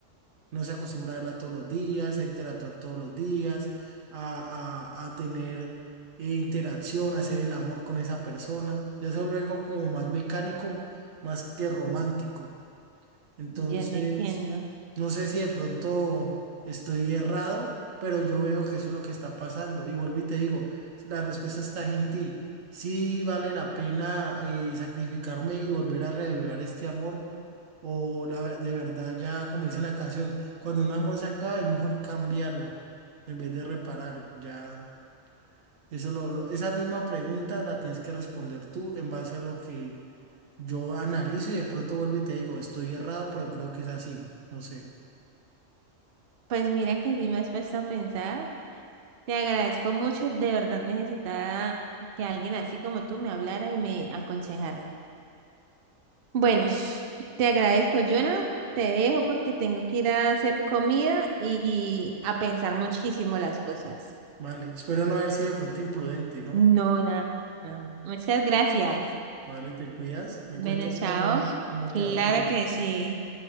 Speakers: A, on the right; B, on the right.
A: no se acostumbra a verla todos los días, a interactuar todos los días, a, a- a tener eh, interacción, a hacer el amor con esa persona. Ya eso luego como más mecánico, más que romántico. Entonces,
B: ya te entiendo.
A: no sé si de pronto estoy errado, pero yo veo que eso es lo que está pasando. Y vuelvo y te digo, la respuesta está en ti. si vale la pena eh, sacrificarme y volver a reavivar este amor. O la, ve- de verdad, ya como dice la canción, cuando un amor se acaba es mejor cambiarlo en vez de repararlo. Ya, eso lo, lo- esa misma pregunta la tienes que responder tú en base a lo que yo analizo y de pronto vuelvo y te digo, estoy errado, pero creo que es así. No sé.
B: Pues mira que sí me has puesto a pensar. Te agradezco mucho, de verdad necesitaba que alguien así como tú me hablara y me aconsejara. Bueno, <laughs> te agradezco, Jonah. Te dejo porque tengo que ir a hacer comida y a pensar muchísimo las cosas.
A: Vale, espero no haber sido de pronto imprudente, ¿no?
B: No, nada. nada. Muchas gracias.
A: Vale, te cuidas. Me
B: Bueno,
A: cuentas
B: chao.
A: cómo, cómo
B: Claro
A: te va con eso.
B: que sí.